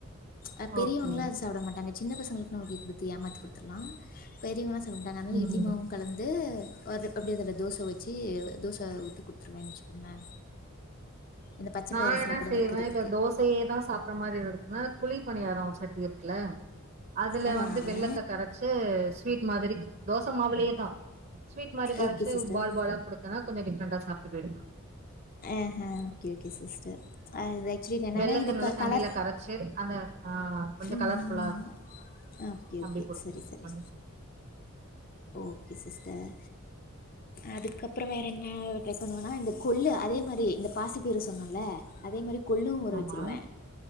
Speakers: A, on the left; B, on the right.
A: அ பெரியவங்கல்லா
B: ஓகே
A: அத சாப்ட மாட்டாங்க சின்ன பசங்களுக்கு நாம போய் குடுத்து ஏமாத்தி குடுத்துர்லா பெரியவங்கல்லா சாப்டமாட்டாங்க அதனால
B: ம்
A: இட்லிமாவு கலந்து அது அப்டியே அதுல தோச ஊத் வச்சி தோச ஊத்தி குடுத்துருவேன்னு வச்சுக்கோங்களே. இந்த பச்ச
B: நா
A: பயிற
B: என்ன
A: சாப்பட
B: செய்வே
A: வைக்கிறது
B: இப்ப தோசையேதா சாப்படற மாரி இருக்குன்னா குழி பணியாரோ ச ட்டி இருக்குல்ல அதுல
A: ஆமா
B: வந்து
A: ஆமாங்க
B: வெல்லத்த கரச்சு ஸ்வீட் மாதிரி தோச மாவுலயேதா ஸ்வீட் மாரி கரச்சு
A: ஓகே சிஸ்டர்
B: பால் பாலா குடுத்தன்னா கொஞ்ச டிஃப்ரெண்டா சாப் ட்டுக்குவாங்க
A: ஆ ஹா ஓகே ஓகே சிஸ்டர். அது ஆக்சுவலி என்னன்னா
B: வெல்லத்த
A: இது
B: நல்லா
A: க
B: தண்ணில
A: கலர்
B: கரச்சு அந்த ஆ கொஞ்சோ
A: ம்
B: கலர்ஃபுல்லா இருக்கு
A: ஓகே ஓகே
B: அப்டி குடுத்துருவே
A: சரி சரி ஓகே சிஸ்டர் அதுக்கு அப்புறோ வேற என்ன ட்ரை பண்ணுவேன்னா இந்த கொள்ளு அதே மாரி இந்த பாசி பயிறு சொன்னல்ல அதே மாரி கொள்ளு ஊற
B: ஆமா
A: வச்சிருவே.